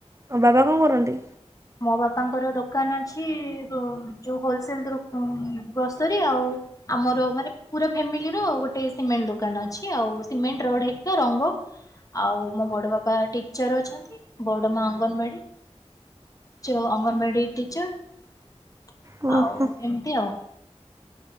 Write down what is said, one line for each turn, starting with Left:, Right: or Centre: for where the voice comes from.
Right: ତମ ବାବା କଣ କରନ୍ତି?
Left: ମୋ ବାପାଙ୍କର ଦୋକାନ ଅଛି, ଜୋ ଯୋଉ ହୋଲସେଲ ଦୋ ଗ୍ରୋସରୀ ଆଉ ଆମର ମାନେ ପୁରା ଫ୍ୟାମିଲିର ଗୋଟେ ସିମେଣ୍ଟ ଦୋକାନ ଅଛି, ଆଉ ସିମେଣ୍ଟ ରଡ ହେରିକା ରଙ୍ଗ। ଆଉ ମୋ ବଡ଼ ବାପା ଟିଚର ଅଛନ୍ତି, ବଡ ମା ଅଙ୍ଗନବାଡି। ଚ ଅଙ୍ଗନବାଡି ଟିଚର
Right: ଓହୋ
Left: ଆଉ ଏମିତି ଆଉ।